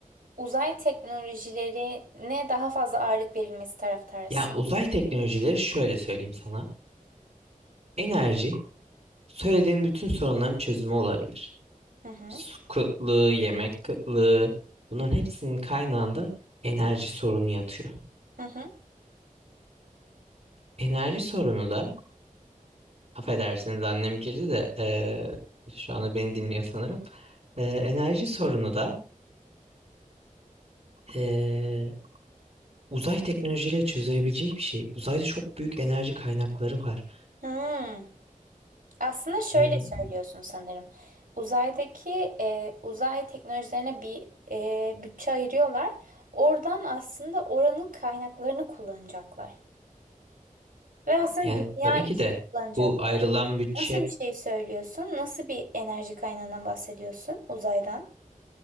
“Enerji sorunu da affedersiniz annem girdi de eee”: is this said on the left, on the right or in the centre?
Right